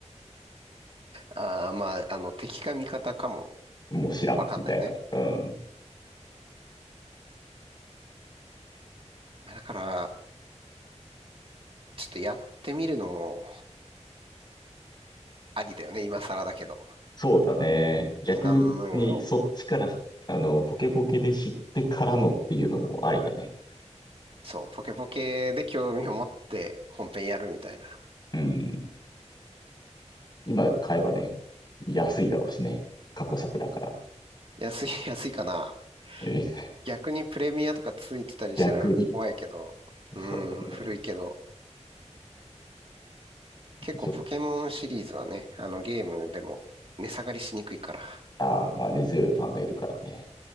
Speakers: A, on the right; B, on the left.
A: ああ、まあ、あの、敵か味方かも
B: もう知らん、
A: わかんないね。
B: みたいな。うん。
A: まあだから、ちょっとやってみるのもありだよね、今更だけど。
B: そうだね。逆にそっちから、
A: サンムーンを、
B: あの、ポケポケで知ってからのっていうのもありだね。
A: そう、ポケポケで興味を持って本編やるみたいな。
B: うん。今買えばね、安いだろうしね。過去作だから。
A: 安い、<laughs> 安いかな。
B: えー
A: 逆にプレミアとかついてたりしたら怖いけど、
B: <laughs> 逆に。
A: うーん、
B: そうだね。
A: 古いけど、結構ポケモンシリーズはね、
B: ちょっと、
A: あのゲームでも値下がりしにくいから。
B: ああ、まあ根強いファンがいるからね。